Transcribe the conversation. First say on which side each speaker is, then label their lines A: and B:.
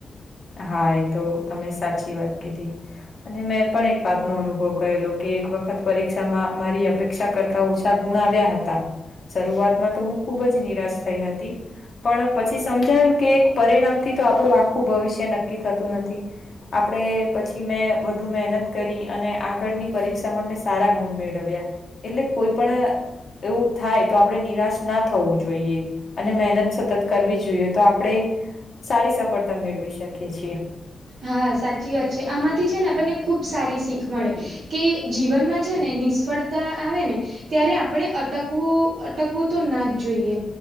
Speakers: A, on the left; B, on the right.
A: હા એ તો તમે સાચી વાત કીધી. અને મેં પણ એક વાત નો અનુભવ કરેલો કે એક વખત પરીક્ષામાં મારી અપે ક્ષા કરતા ઓછા ગુણ આવ્યા હતા. શરૂઆતમાં તો હું ખુબ જ નિરાશ થઈ હતી. પણ પછી સમજાયું કે એક પરિણામથી તો આપણું આખું ભવિષ્ય નક્કી થતું નથી. આપણે પછી મેં વધુ મહેનત કરી અને આગળની પરીક્ષામાં મેં સારા ગુણ મેળવ્યા. એટલે કોઈ પણ એવું થાય તો આપણેે નિરાશ ના થવું જોઈએ, અને મહેનત સતત કરવી જોઈએ તો આપણે સારી સફળતા મેળવી શકીએ છીએ.
B: હા સાચી વાત છે. આમાંથી છે ને આપણને ખુબ સારી શીખ મળે કે જીવનમાં છે ને નિસ ફડતા આવે ને ત્યારે આપણે અટકવું અટકવું તો ના જ જોઈએ.